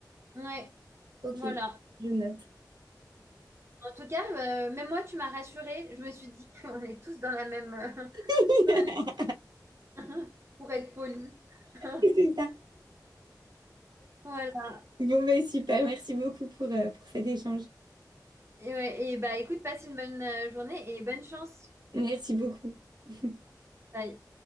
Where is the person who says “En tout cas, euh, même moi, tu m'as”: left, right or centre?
Right